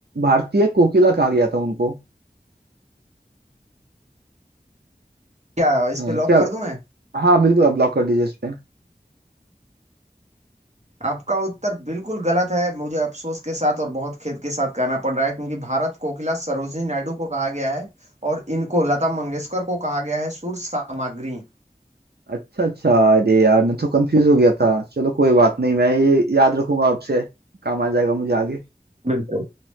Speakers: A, on the right; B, on the right.
A: भारतीय कोकिला कहा गया था उनको
B: क्या इस
A: अ,
B: पे लॉक
A: क्या
B: कर दूं मैं
A: हाँ बिल्कुल आप ब्लॉक कर दीजिए इस पे
B: आपका उत्तर बिल्कुल गलत है मुझे अफसोस के साथ और बहुत खेद के साथ कहना पड़ रहा है क्योंकि भारत कोकिला सरोजिनी नायडू को कहा गया है और इनको लता मंगेशकर को कहा गया है सुर सामग्री
A: अच्छा अच्छा अरे यार मैं तो कंफ्यूज हो गया था चलो कोई बात नहीं मैं ये याद रखूंगा आपसे काम आ जाएगा मुझे आगे
B: बिल्कुल